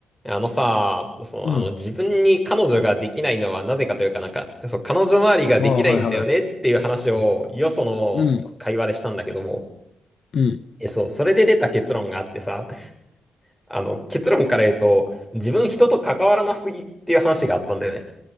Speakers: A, in the centre; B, on the left (about 60°).
A: あのさ、そのあの、
B: うん。
A: 自分に彼女ができないのはなぜかというかなんか、そう、彼女周りができないんだよねっていう話を、
B: ああ、はいは
A: よその会話でしたんだけども、
B: い。うん、うん。
A: え、そう、それで出た結論があってさ、あの、結論から言うと、自分人と関わらなすぎっていう話があったんだよね。